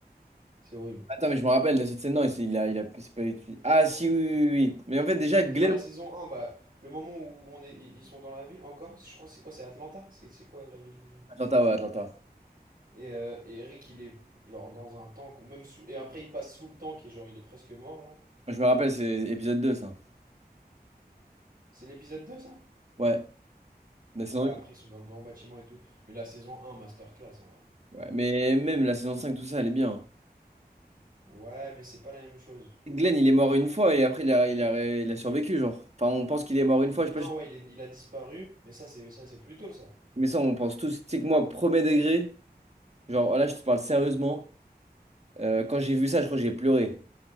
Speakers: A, on the right; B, on the right.
A: C'est horrible.
B: Attends, mais je me rappelle de cette scène, non, il, s'est- il a, il a, c'est pas utile. Ah, si, oui, oui, oui. oui. Mais en fait, déjà, Glenn...
A: Si, Dans la saison un, bah, le moment où on est, ils ils sont dans la ville encore, je crois que c'est quoi, c'est Atlanta? C'est c'est quoi la ville déjà?
B: Atlanta, ouais, Atlanta.
A: Et, euh, et Eric, il est genre dans un tank, ou même sous, et après il passe sous le tank et genre il est presque mort, genre.
B: Moi, je me rappelle, c'est épisode 2 ça.
A: C'est l'épisode 2 ça?
B: Ouais, la saison
A: Ouais, après
B: 8.
A: ils sont dans le grand bâtiment et tout. Mais la saison 1, masterclass en vrai.
B: Ouais, mais même la saison 5, tout ça, elle est bien.
A: Ouais, mais c'est pas la même chose.
B: Glenn, il est mort une fois et après, il a, il a, il a survécu, genre. Enfin, on pense qu'il est mort une fois, je
A: Non,
B: sais pas. je-
A: ouais, il est- il a disparu, mais ça c'est ça c'est plus tôt ça.
B: Mais ça, on pense tous. Tu sais que moi, premier degré, genre, là, je te parle sérieusement. euh, quand j'ai vu ça, je crois que j'ai pleuré.